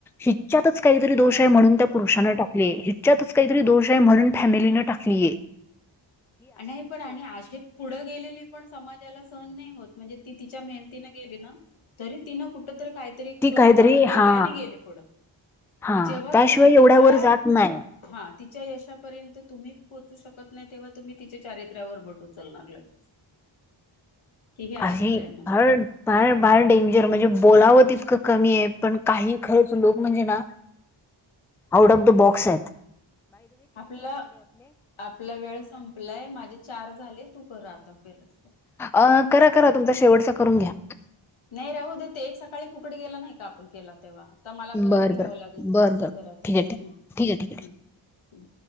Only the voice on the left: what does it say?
हा
नाही पण आणि अशी पुढं गेलेली पण, समाजाला सहन नाही होत, म्हणजे ती तिच्या मेहनतीनं गेली ना? तरी तिनं कुठं तरी काहीतरी एक
तोंड
काळ केली
आणि गेली पुढं,
मग जेव्हा
तुम्ही
तिच्या,
हां तिच्या यशापर्यंत तुम्ही पोचू शकत नाही तेव्हा तुम्ही तिच्या चारित्र्यावर बोट उचलणार लगेच कि ही अशीच
म्हणून
आपलं, आपला वेळ संपलाय माझे चार झाले, तू कर आता <unintelligible>
नाही राहू देत. एक सकाळी फुकट गेला नाही का, आपण केला तेव्हा? आता मला परत
घ्यावं
लागेल तसं,
तू
कर आता,
हं
हं हं